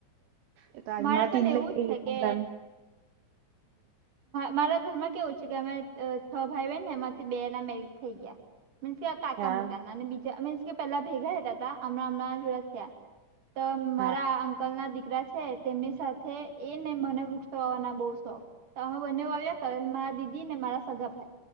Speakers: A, on the right; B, on the right.
A: એતો આજ
B: મારે
A: માટીને
B: પણ એવું
A: લઈ
B: જ
A: ગઈ
B: છે
A: કુન્ડાને.
B: કે મારા ઘરમાં કેવું છે કે અમે ત છ ભાઈ બહેન ને એમાંથી બેના મેરજ થઈ ગયા. મીન્સ કે કાકા
A: હા
B: મોટાના અને બીજા મેન્સ કે પેલા ભેગા રેહતા તાં હમણાં અમણા જુદા થયાં. તો મારા
A: હા
B: અંકલના દીકરા છે. તેમની સાથે એને મને વૃક્ષ વાવાના બહુ શોખ. તો અમે બંને વાવ્યા કરે મારા દીદી ને મારા સગા ભાઈ.